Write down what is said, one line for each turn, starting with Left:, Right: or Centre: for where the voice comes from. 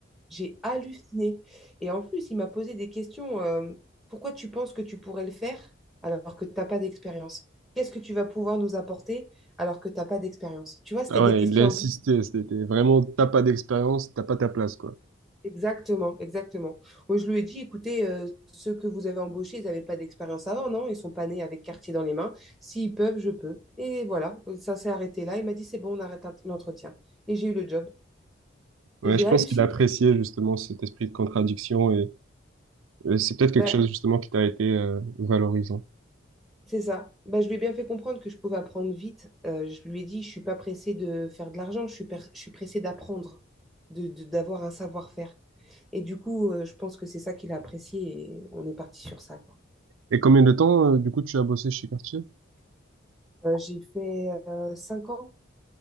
Centre: J'ai halluciné. Et en plus, il m'a posé des questions. euh, pourquoi tu penses que tu pourrais le faire alors que tu n'as pas d'expérience? Qu'est-ce que tu vas pouvoir nous apporter alors que tu n'as pas d'expérience? Tu vois, c'était
Right: Ah
Centre: des
Right: ouais,
Centre: questions
Right: il a insisté,
Centre: un peu...
Right: c'était vraiment, t'as pas d'expérience, t'as pas ta place, quoi.
Centre: Exactement, exactement. Moi, je lui ai dit, écoutez, euh, ceux que vous avez embauchés, ils n'avaient pas d'expérience avant, non? Ils sont pas nés avec quartier dans les mains. S'ils peuvent, je peux. Et voilà, ça s'est arrêté là. Il m'a dit, c'est bon, on arrête l'entretien. Et j'ai eu le job.
Right: Ouais,
Centre: Et j'ai
Right: je
Centre: halluciné.
Right: pense qu'il appréciait justement cet esprit de contradiction et euh, c'est peut-être
Centre: Ben,
Right: quelque chose justement qui t'a été euh, valorisant.
Centre: C'est ça. Bah, je lui ai bien fait comprendre que je pouvais apprendre vite. Euh, je lui ai dit, je suis pas pressée de faire de l'argent, je suis, per- je suis pressée d'apprendre, de, de- d'avoir un savoir-faire. Et du coup, euh, je pense que c'est ça qu'il a apprécié et on est parti sur ça, quoi.
Right: Et combien de temps euh, du coup tu as bossé chez Cartier?
Centre: Euh, j'ai fait euh, cinq ans.